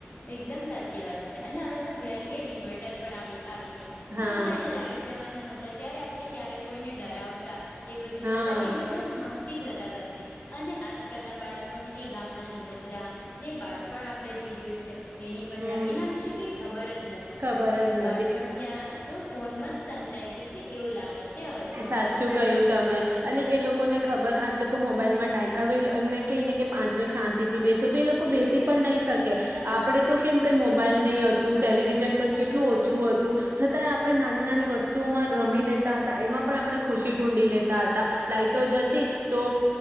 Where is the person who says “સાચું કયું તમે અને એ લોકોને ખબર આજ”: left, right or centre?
Right